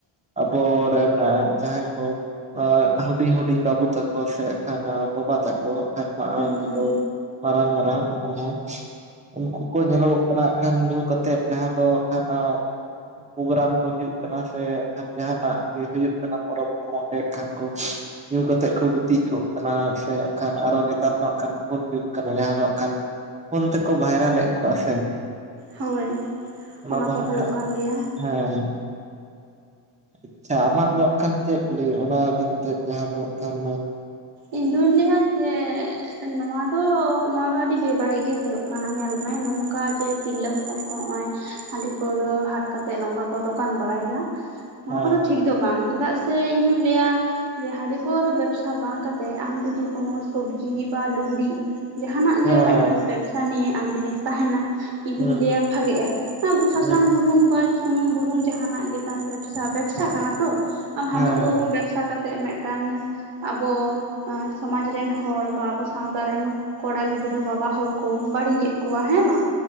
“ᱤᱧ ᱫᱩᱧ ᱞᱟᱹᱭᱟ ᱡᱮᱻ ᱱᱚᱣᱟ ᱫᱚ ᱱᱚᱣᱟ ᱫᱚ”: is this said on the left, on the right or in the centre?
Right